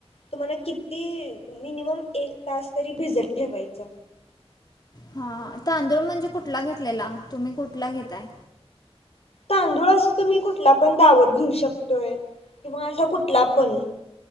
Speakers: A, on the left; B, on the left.
A: तुम्हाना किती मिनिमम एक तास तरी भिजत ठेवायच.
B: हा तांदूळ म्हणजे कुठला घेतल्याला तुम्ही कुठला घेताय.
A: तांदूळ अस तुम्ही कुठला पण दावत घेऊ शकतोय किंवा असा कुठला पण